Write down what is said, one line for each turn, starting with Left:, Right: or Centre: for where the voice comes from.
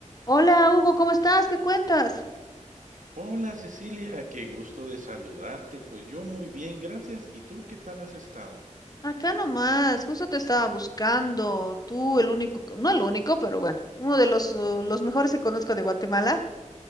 Left: Hola Hugo, ¿cómo estás? ¿Qué cuentas?
Right: Hola Cecilia, qué gusto de saludarte. Pues yo muy bien, gracias. ¿Y tú qué tal has estado?
Left: Acá nomás, justo te estaba buscando, tú el único, no el único, pero bueno, uno de los, uh, los mejores que conozco de Guatemala.